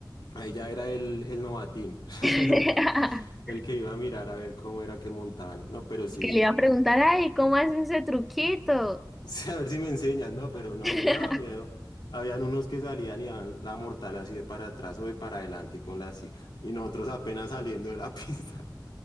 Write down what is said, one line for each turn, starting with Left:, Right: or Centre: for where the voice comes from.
Left: Ahí ya era el, el novatín, <laughs>
Centre: <laughs>
Left: el, el que iba a mirar a ver cómo era que montaban. No, pero sí,
Centre: Que le iba a preguntar, ay, ¿cómo haces ese truquito?
Left: <laughs> sí, a ver si me enseñan, no, pero no,
Centre: <laughs>
Left: a mí me daba miedo. Habían unos que salían y iban la mortal así de para atrás o de para adelante con la cicla. Y nosotros apenas saliendo de la <laughs> pista,